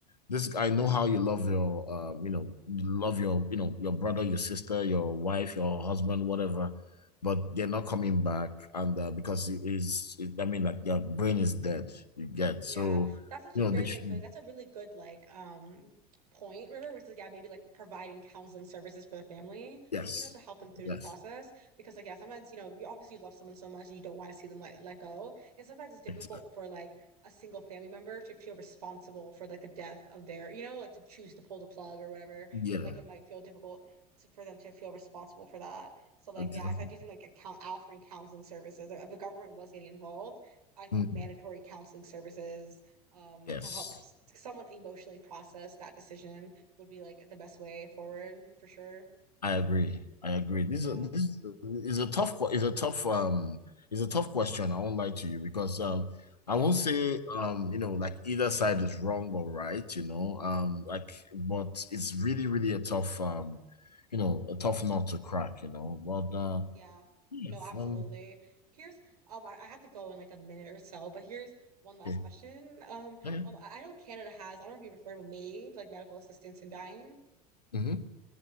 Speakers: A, on the left; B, on the right.
A: this I know how you love your um, you know, love your, you know, your brother, your sister, your wife, your husband, whatever, but they're not coming back and uh, because it is it, I mean like their brain is dead, you get.
B: Yeah,
A: So,
B: that's actually
A: you know,
B: very,
A: they
B: very
A: should
B: good. That's a really good like um point, River, which is yeah, maybe like providing counseling services for the family,
A: yes.
B: you know, to help them through
A: Yes.
B: the process. Because like yeah, sometimes, you know, you obviously love someone so much and you don't want to see them like let go. And sometimes it's difficult
A: ex-
B: for like a single family member to feel responsible for like the death of their, you know, like to choose to pull the plug or whatever.
A: Yeah.
B: Like it might feel difficult to, for them to feel responsible for that. So like
A: Exactly.
B: yeah, so I do think like account offering counseling services, if the government was getting involved I think
A: Mm,
B: mandatory counseling services um,
A: Yes.
B: to help s- someone emotionally process that decision would be like the best way forward for sure.
A: I agree. I agree. This
B: Yeah,
A: is this is a tough que- is a tough um is a tough question. I won't lie to you because um I won't
B: yeah,
A: say um you know like either side is wrong or right. You know um like but it's really really a tough um you know a tough nut to crack. You know but uh
B: yeah.
A: yeah,
B: No, absolutely.
A: um,
B: Here's um, I, I have to go in like a minute or so, but here's one last
A: okay
B: question. Um,
A: okay
B: um, I I know Canada has, I don't know if you've heard of MAID, like medical assistance in dying.
A: hmm